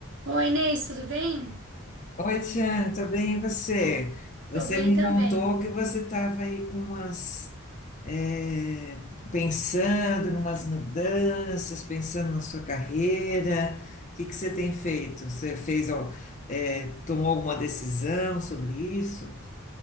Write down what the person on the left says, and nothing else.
Oi, Tiane, tudo bem? E você?
Você
me
contou que você estava aí com umas, é, pensando em umas mudanças, pensando na sua carreira. O que que você tem feito? Você fez, al- é, tomou alguma decisão sobre isso?